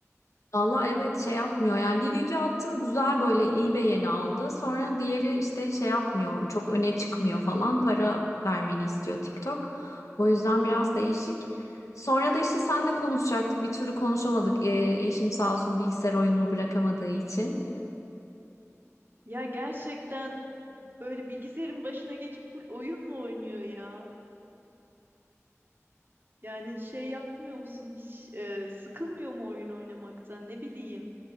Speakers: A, on the left; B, on the right.
A: Valla evet şey yapmıyor yani bir video attım güzel böyle iyi beğeni aldı sonra diğeri işte şey yapmıyor çok öne çıkmıyor falan para vermeni istiyor TikTok o yüzden biraz değişik sonra da işte seninle konuşacaktık bir türlü konuşamadık Ee, eşim sağ olsun bilgisayar oyununu bırakamadığı için
B: Ya gerçekten böyle bilgisayarın başına geçip full oyun mu oynuyor ya? Yani şey yapmıyor musun? Hiç e, sıkılmıyor mu oyun oynamaktan? Ne bileyim.